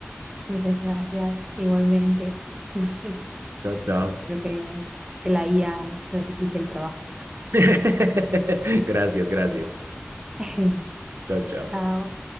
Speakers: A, on the right (about 15°); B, on the right (about 70°).
A: Muchas gracias, igualmente. <laughs> Espero
B: Chao, chao.
A: que, que la IA no te quite el trabajo.
B: <laughs> Gracias, gracias.
A: <laughs>
B: Chao, chao.
A: Chao.